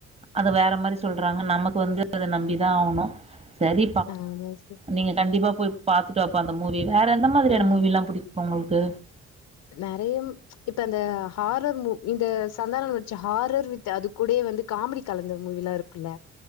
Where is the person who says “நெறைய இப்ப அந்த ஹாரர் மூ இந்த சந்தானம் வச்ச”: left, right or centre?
Left